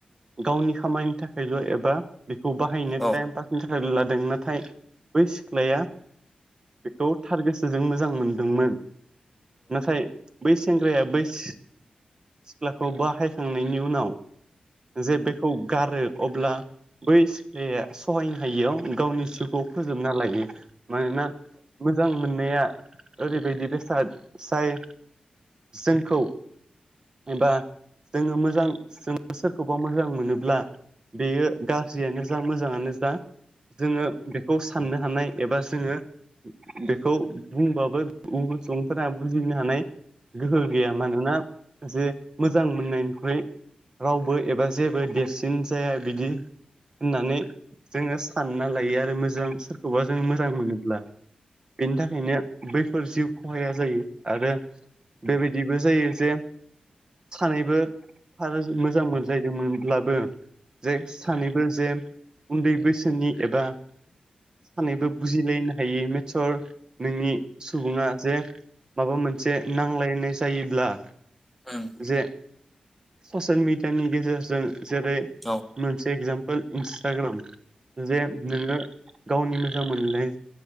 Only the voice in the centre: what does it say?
औ
<inaudible>
औ